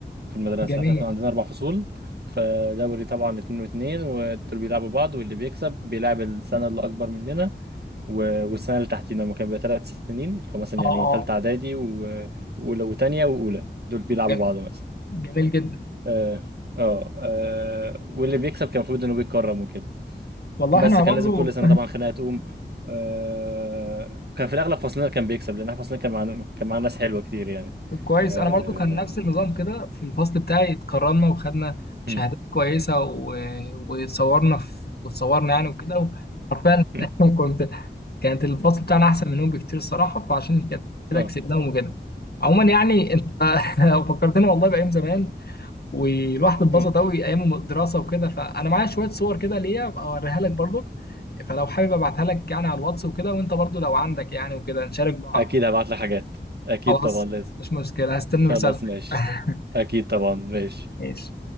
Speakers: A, on the right; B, on the left.
A: في المدرسة
B: جميل
A: احنا كنا عندنا أربع فصول فدوري طبعا اتنين واتنين ودول بيلعبوا بعض واللي بيكسب بيلعب السنة اللي أكبر مننا و- والسنة اللي تحتينا هما كانوا بيبقى تلات سنين اللي هو مثلا
B: اه
A: يعني
B: اه
A: تالتة إعدادي و- وأولى وتانية وأولى دول بيلعبوا
B: ج-
A: بعض مثلا
B: جميل جدا
A: اه اه آه، واللي بيكسب كان المفروض إنه بيتكرم وكده
B: والله
A: بس
B: احنا
A: كان
B: برضو
A: لازم كل سنه طبعا خناقه تقوم آه كان في الاغلب فصلنا كان بيكسب لان احنا فصلنا كان معانا كان معانا ناس حلوه كتير يعني
B: <laughs> كويس
A: اه
B: انا برضو كان نفس النظام كده في الفصل بتاعي اتكرمنا وخدنا شهادات
A: مم.
B: كويسه و... وصورنا في... وتصورنا يعني وكده وحرفيا
A: مم.
B: <laughs> كنت كانت الفصل بتاعنا احسن منهم بكتير الصراحه فعشان كده كده
A: آه.
B: كسبناهم وكده عموما يعني انت <laughs> فكرتني والله بايام زمان والواحد اتبسط
A: مم.
B: قوي ايام الدراسه وكده فانا معايا شويه صور كده ليا ابقى اوريها لك برضك فلو حابب ابعتها لك يعني على الواتس وكده وانت برضو لو عندك يعني وكده نشارك بعض
A: اكيد هبعت لك حاجات اكيد
B: خلاص
A: طبعا لازم
B: مش مشكله هستنى
A: خلاص
B: رسالتك
A: ماشي
B: <laughs>
A: اكيد طبعا ماشي
B: ماشي